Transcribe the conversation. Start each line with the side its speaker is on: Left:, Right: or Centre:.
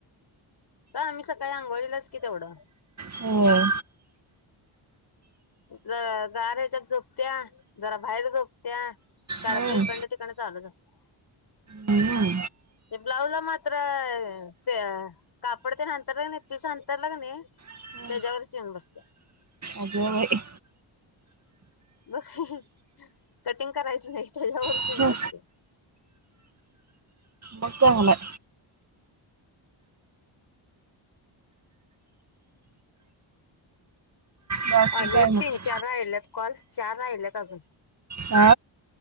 Left: काय आम्ही सकाळी आंघोळीलाच की तेवढं.
Right: होय.
Left: ज गार ह्याच्यात झोपत्या, जरा बाहेर झोपत्या. सारखं
Right: हम्म.
Left: इकंडन तिकडंन चालूच असतय.
Right: हम्म.
Left: ते ब्लाऊज ला मात्र ते कापड तेन हांतरलं कनी पीस हांतरलं कणे
Right: हम्म.
Left: तेज्यावरच येउन बसत्या.
Right: अगं बाई
Left: बग कि, कटिंग करायचं नाही त्यच्यावरच
Right: हं.
Left: येउन बसतय.
Right: मग चांगलाय. बाकी
Left: आणि
Right: काय
Left: एक
Right: मग
Left: तीन-चार राहिल्यात कॉल चार राहिल्यात अजुन.
Right: आ